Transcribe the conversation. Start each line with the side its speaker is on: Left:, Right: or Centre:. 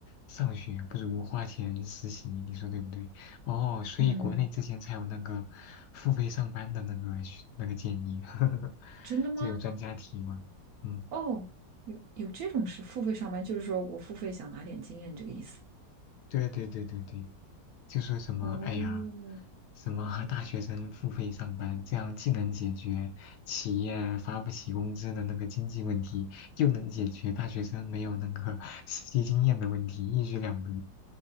Left: 上学，不如花钱实习，你说对不对？哦，所以国内之前才有那个付费上班的那个学那个建议，
Right: 嗯，
Left: <laughs>
Right: 真的吗？
Left: 就有专家提嘛。嗯，
Right: 哦，有有这种事，付费上班就是说我付费想拿点经验这个意思。
Left: 对对对对对，就是什么，
Right: 哦，
Left: 哎呀，什么大学生付费上班，这样既能解决企业发不起工资的那个经济问题，又能解决大学生没有那个实际经验的问题，一举两得。